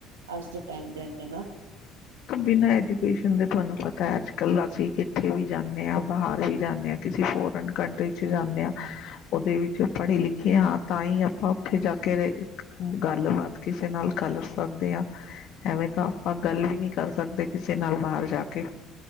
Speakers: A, on the right (about 85°); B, on the left (about 60°).
A: ਅੱਜ ਦੇ ਟਾਈਮ ਦੇ ਅੰਦਰ ਨਾ
B: ਬਿਨਾਂ ਐਜੂਕੇਸ਼ਨ ਦੇ ਤੁਹਾਨੂੰ ਪਤਾ ਤਾਂ ਅੱਜ ਕੱਲ੍ਹ ਅਸੀਂ ਕਿੱਥੇ ਵੀ ਜਾਂਨੇ ਹਾਂ, ਬਾਹਰ ਵੀ ਜਾਂਨੇ ਹਾਂ ਕਿਸੇ ਫੋਰਨ ਕੰਟਰੀ ਚ ਜਾਂਨੇ ਹਾਂ, ਉਹਦੇ ਵਿੱਚ ਪੜ੍ਹੇ ਲਿਖੇ ਹਾਂ ਤਾਂ ਹੀ ਆਪਾਂ ਉੱਥੇ ਜਾ ਕੇ ਰ ਗੱਲਬਾਤ ਕਿਸੇ ਨਾਲ ਕਰ ਸਕਦੇ ਹਾਂ। ਐਵੇਂ ਤਾਂ ਆਪਾਂ ਗੱਲ ਵੀ ਨਹੀਂ ਕਰ ਸਕਦੇ ਕਿਸੇ ਨਾਲ ਬਾਹਰ ਜਾ ਕੇ,